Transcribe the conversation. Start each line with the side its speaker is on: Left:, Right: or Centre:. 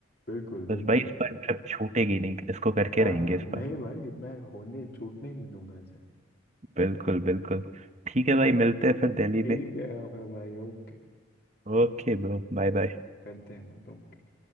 Left: बिल्कुल
Right: बस
Left: बिल्कुल
Right: भाई
Left: भाई
Right: इस बार ट्रिप छूटेगी नहीं इसको करके
Left: हाँ
Right: रहेंगे
Left: हाँ
Right: इस
Left: नहीं
Right: बार
Left: भाई मैं होने छूटने ही नहीं दूंगा इसे
Right: बिल्कुल बिल्कुल ठीक है भाई मिलते हैं फिर दिल्ली
Left: ठीक
Right: में
Left: है अब भाई ओके
Right: Okay bro bye bye
Left: करते हैं बात ओके